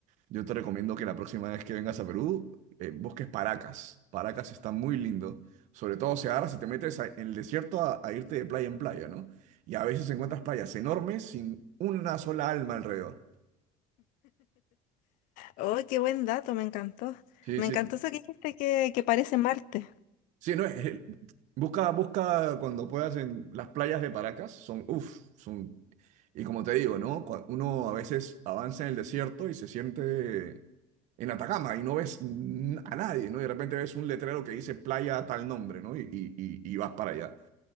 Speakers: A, on the right; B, on the left.
A: yo te recomiendo que la próxima vez que vengas a Perú, eh, busques Paracas. Paracas está muy lindo. Sobre todo se agarra si te metes a- en el desierto a, a irte de playa en playa, ¿no? Y a veces encuentras playas enormes sin una sola alma alrededor.
B: Oh, qué buen dato, me encantó.
A: Sí,
B: Me
A: sí,
B: encantó
A: sí.
B: eso que dijiste que, que parece Marte.
A: Sí, no, es- es- busca, busca cuando puedas en las playas de Paracas, son, uff, son, y como te digo, ¿no? Cua- Uno a veces avanza en el desierto y se siente en Atacama y no ves n- a nadie, ¿no? Y de repente ves un letrero que dice playa tal nombre, ¿no? Y, y- y- y vas para allá.